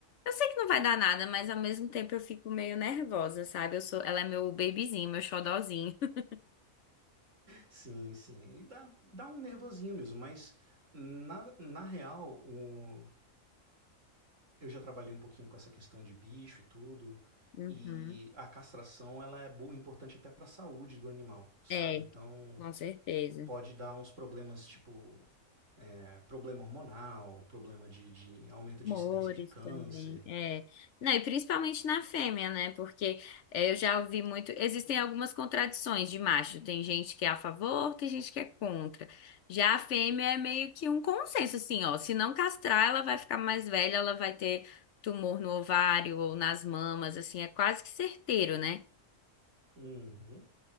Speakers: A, on the left; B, on the right.
A: eu sei que não vai dar nada, mas ao mesmo tempo eu fico meio nervosa, sabe? Eu sou, ela é meu bebezinho, meu xodozinho. <laughs>
B: sim, sim. E dá, dá um nervosinho mesmo, mas na, na real, o, Eu já trabalhei um pouquinho com essa questão de bicho e tudo,
A: Uhum.
B: e a castração ela é bo- importante até para a saúde do animal, sabe?
A: É,
B: Então
A: com certeza.
B: pode dar uns problemas tipo é, problema hormonal, problema de, de aumento
A: Humores
B: de incidência de câncer.
A: também, é. Não, e principalmente na fêmea, né? Porque é, eu já ouvi muito. Existem algumas contradições de macho. Tem gente que é a favor, tem gente que é contra. Já a fêmea é meio que um consenso, assim, ó. Se não castrar, ela vai ficar mais velha, ela vai ter tumor no ovário ou nas mamas, assim, é quase que certeiro, né?
B: Uhum.